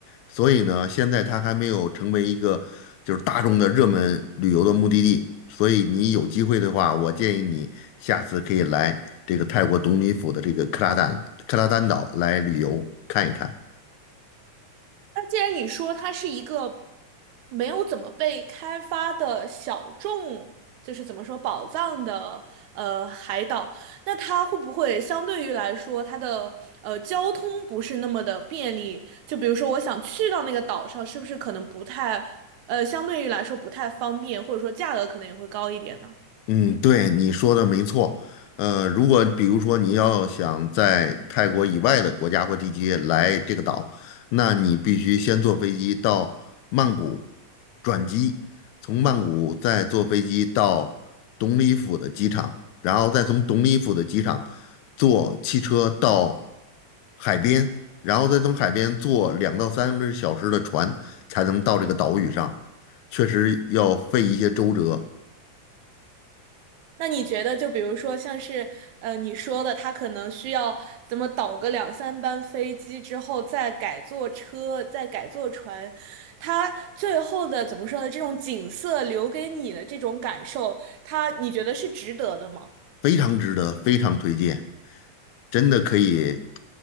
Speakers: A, on the left; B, on the right.
A: 所以呢，现在它还没有成为一个就是大众的热门旅游的目的地。所以你有机会的话，我建议你下次可以来这个泰国董里府的这个克拉丹克拉丹岛来旅游看一看。
B: 那既然你说它是一个没有怎么被开发的小众，就是怎么说宝藏的呃海岛，那它会不会相对于来说，它的呃交通不是那么的便利？就比如说我想去到那个岛上，是不是可能不太呃相对于来说不太方便，或者说价格可能也会高一点呢？
A: 嗯，对，你说的没错。呃，如果比如说你要想在泰国以外的国家或地区来这个岛，那你必须先坐飞机到曼谷转机，从曼谷再坐飞机到董里府的机场，然后再从董里府的机场坐汽车到海边，然后再从海边坐两到三个小时的船才能到这个岛屿上，确实要费一些周折。
B: 那你觉得，就比如说像是呃你说的，他可能需要怎么倒个两三班飞机之后，再改坐车，再改坐船，他最后的怎么说呢？这种景色留给你的这种感受，他你觉得是值得的吗？
A: 非常值得，非常推荐，真的可以